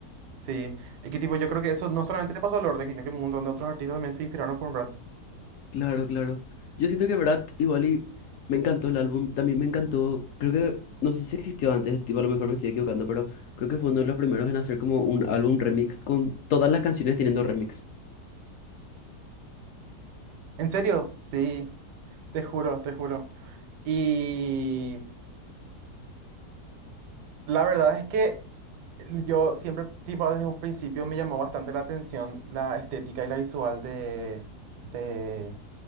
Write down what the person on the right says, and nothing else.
Sí, y que tipo yo creo que eso no solamente le pasó a Lorde, sino que un montón de otros artistas también se inspiraron por Brat.
¿En serio? Sí, te juro, te juro. Y La verdad es que yo siempre, tipo, desde un principio me llamó bastante la atención la estética y la visual de, de,